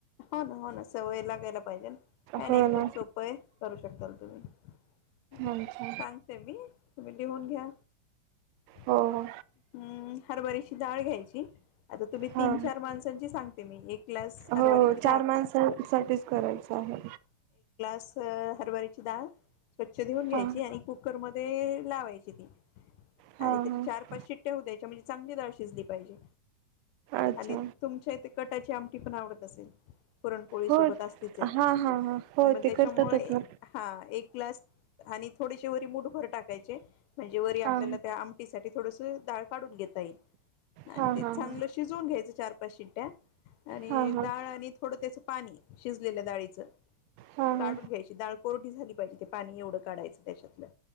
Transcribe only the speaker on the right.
हो
ना
अच्छा
हो हो
हा
हो हो चार माणसांसाठीच करायच आहे.
हा
हा
हा
अच्छा
हो
हा हा हा हो
ते
करतातच ना
हा
हा
हा
हा
हा हा
हा हा